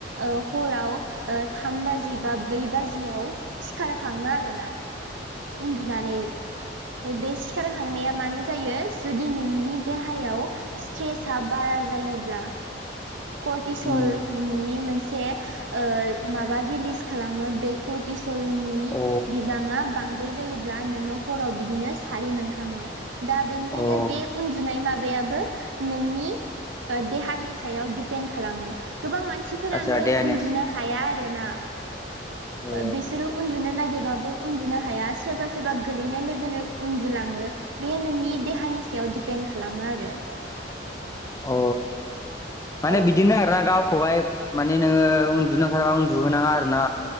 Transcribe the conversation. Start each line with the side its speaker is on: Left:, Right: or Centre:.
Right: ओ हराव ओ थाम बाजि बा ब्रै बाजियाव सिखार खाङो आरो ना। उनदुनानै बे सिखारखांनाया मानो जायो जुदि नोंनि देहायाव स्ट्रेसा बारा जायो। योब्ला करतिसल
Left: उम
Right: मुंनि मोनसे ओ माबा रिलिज खालामो बे करटिस सलनि
Left: अ
Right: बिबाङा बांद्राय जायोब्ला नोङो हराव बिदिनो सारि मोनखाङो। दा बेनिखायनो
Left: अ
Right: बे उन्दुनाय माबायाबो नोंनिओ देहानि सायाव दि पेन खालामो गोबां मानसिफोरानो
Left: आतसा देनेस
Right: उन्दुनो हाया आरो ना।
Left: ए
Right: बिसोरो उन्दुनो नागेरबाबो उन्दुनो हाया सोरबा सोरबा गोलैनाय लोगोनो उन्दुलाङो बे नोंनि देहानि नि सायाव दिडपेन्दड खालामो आरो
Left: अ माने
Right: औ
Left: बिदिनो आर ना गावखौहाय माने नोङो उन्दुनो ओखारबा उन्दुहोनाङा आरो ना?